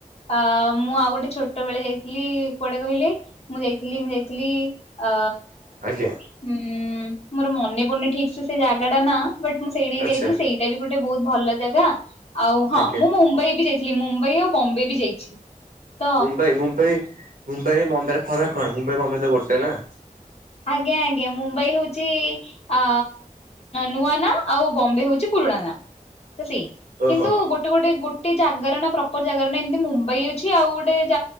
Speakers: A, on the left (about 45°); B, on the right (about 80°).
A: ଅ ମୁଁ ଆଉ ଗୋଟେ ଛୋଟ ବେଳେ ଯାଇଥିଲି କୁଆଡେ କହିଲେ ମୁଁ ଯାଇଥିଲି ମୁଁ ଯାଇଥିଲି ଅ
B: ଆଜ୍ଞା
A: ହୁଁ ମୋର ମନେ ପଡୁନି ଠିକସେ ସେ ଜାଗା ଟା ନା ବଟ୍ ମୁଁ ସେଇଠିକ
B: ଆଚ୍ଛା
A: ଯାଇଥିଲି ସେଇ ଏଟା ବି ଗୋଟେ ବହୁତ ଭଲ ଜାଗା ଆଉ ହଁ
B: ଆଜ୍ଞା
A: ମୁଁ ମୁମ୍ବାଇ ବି ଯାଇଥିଲି ମୁମ୍ବାଇ ଆଉ ବମ୍ବେ ବି ଯାଇଛି। ତ
B: ମୁମ୍ବାଇ ମୁମ୍ବାଇ ମୁମ୍ବାଇ ମୁମ୍ବାଇରେ ଫରାକ କଣ ମୁମ୍ବାଇ ମୁମ୍ବାଇ ତ ଗୋଟେ ନା।
A: ଆଜ୍ଞା ଆଜ୍ଞା ମୁମ୍ବାଇ ହଉଛି ଆ ନୂଆ ନା ଆଉ ବମ୍ବେ ହଉଛି ପୁରୁଣା ନା। ସେଇ
B: ଓହୋ
A: କିନ୍ତୁ ଗୋଟେ ଗୋଟେ ଗୋଟେ ଗୋଟେ ଜାଗାର ନା ପ୍ରପର ଜାଗାରେ ନା ଏମିତି ମୁମ୍ବାଇ ଅଛି ଆଉ ଗୋଟେ